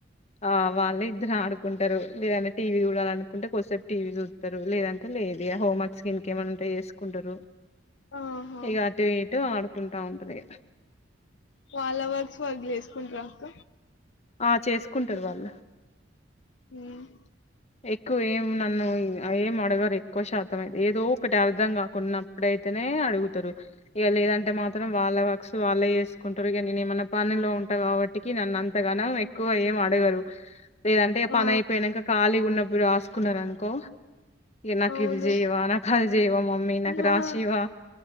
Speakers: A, on the left (about 35°); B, on the left (about 75°).
A: ఆ వాళ్ళే ఇద్దరు ఆడుకుంటారు లేద్ అంటే టీవీ చూడాలనుకుంటే కొద్దిసేపు టీవీ చూస్తారు లేదంటే లేదె ఆ హోమ్వర్క్స్ ఇంకేమై ఉంటా చేసుకుంటారు
B: ఆహా
A: ఇక అటు ఇటు ఆడుకుంటా ఉంటారు ఇక
B: వాళ్ళ వర్క్ వాళ్లు చేసుకుంటారా అక్క
A: ఆ చేసుకుంటారు వాళ్ళు
B: ఉమ్
A: ఎక్కువ ఏం నన్ను ఏం అడగరు ఎక్కువ శాతం ఏదో ఒకటి అర్ధం కాకున్నప్పుడుయితే నే అడుగుతరు. ఇక లేదంటే మాత్రం వాళ్ళ వక్సు వాళ్ళే చేసుకుంటారు, ఇక నేను ఏమన్నా పనిలో ఉంటే కాబట్టి కి నన్నంతగనం ఎక్కువ ఏం అడగరు లేదంటే
B: ఆ
A: పని అయిపోయినంక కాలీగా న్నప్పుడు రాసుకున్నారు అనుకో నాకు
B: అవును
A: ఇది జెయ్వవా నాకు అది జెయ్యవా మమ్మీ నాకు
B: ఆహా
A: రాసీవా